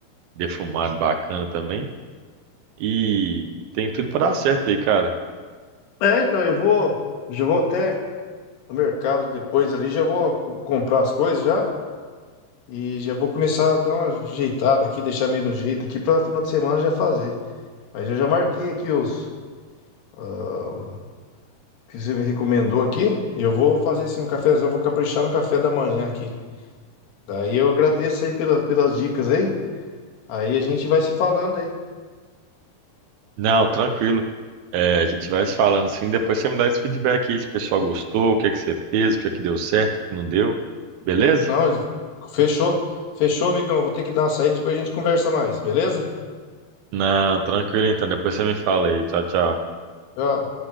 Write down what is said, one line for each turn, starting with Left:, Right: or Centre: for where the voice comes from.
Right: defumado bacana também. E tem tudo pra dar certo aí, cara.
Left: É, então eu vou. Já vou até no mercado depois ali, já vou co- comprar as coisas já. E já vou começar a dar uma ajeitada aqui, deixar meio no jeito aqui pra final de semana já fazer. Mas eu já marquei aqui os. ah, que você me recomendou aqui. E eu vou fazer assim um cafezão, vou caprichar no café da manhã aqui. Daí eu agradeço aí pela, pelas dicas aí. Aí a gente vai se falando aí.
Right: Não, tranquilo. É, a gente vai se falando sim. Depois você me dá esse feedback aí, se o pessoal gostou, o que que você fez, o que que deu certo, o que que não deu. Beleza?
Left: Não, fechou. Fechou, amigão. Eu Vou ter que dar uma saída, depois a gente conversa mais, beleza?
Right: Não, tranquilo então. Depois você me fala aí. Tchau, tchau.
Left: Tchau.